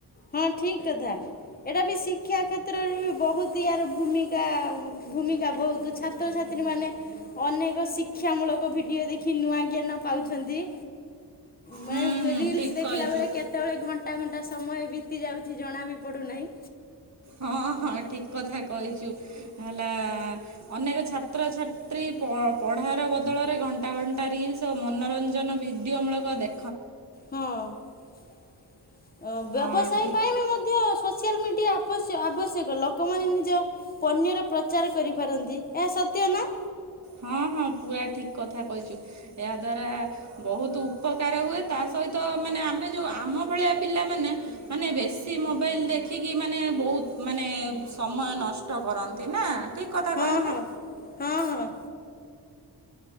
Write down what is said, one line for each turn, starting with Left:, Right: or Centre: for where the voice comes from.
Left: ହଁ ଠିକ୍ କଥା। ଏଟା ବି ଶିକ୍ଷା କ୍ଷେତ୍ରରେ ବି ବହୁତ ୟାର ଭୂମିକା ଭୂମିକା ବହୁତୁ ଛାତ୍ରଛାତ୍ରୀ ମାନେ ଅନେକ ଶିକ୍ଷା ମୂଳକ ଭିଡିଓ ଦେଖି ନୂଆ ଜ୍ଞାନ ପାଉଛନ୍ତି। ମାନେ
Right: ହୁଁ ହୁଁ
Left: ରିଲ୍ସ
Right: ଠିକ୍
Left: ଦେଖିଲା
Right: କହିଛୁ।
Left: ବେଳେ କେତେବେଳେ ଘଣ୍ଟା ଘଣ୍ଟା ସମୟ ବିତି ଯାଉଛି ଜଣା ବି ପଡୁନାହିଁ।
Right: ହଁ ହଁ ଠିକ୍ କଥା କହିଛୁ ହେଲା ଅନେକ ଛାତ୍ରଛାତ୍ରୀ ପ ପଢ଼ାର ବଦଳରେ ଘଣ୍ଟା ଘଣ୍ଟା ରିଲ୍ସ ସ ମନୋରଞ୍ଜନ ଭିଡିଓ ମୂଳକ ଦେଖ୍
Left: ହଁ ଅ ବ୍ୟବସାୟ
Right: ହଁ ଠିକ୍
Left: ପାଇଁ ବି ମଧ୍ୟ ସୋ ସିଆଲ ମିଡ଼ିଆ ଆବସ୍ ଆବଶ୍ୟକ ଲୋକମାନେ ନିଜ ପନିର୍ ର ପ୍ରଚାର କରିପାରନ୍ତି ଏହା ସତ୍ୟ ନା?
Right: ହଁ ହଁ ପୁରା ଠିକ୍ କଥା କହିଛୁ ଏହାଦ୍ୱାରା ବହୁତୁ ଉପକାର ହୁଏ ତା ସହିତ ମାନେ ଆମେ ଯୋଉ ଆମ ଭଳିଆ ପିଲାମାନେ ମାନେ ବେଶୀ ମୋବାଇଲ୍ ଦେଖିକି ମାନେ ବହୁତ୍ ମାନେ ସମୟ ନଷ୍ଟ କରନ୍ତି ନା ଠିକ୍ କଥା
Left: ହଁ
Right: କହିଲ୍
Left: ହଁ
Right: ନେ।
Left: ହଁ ହଁ।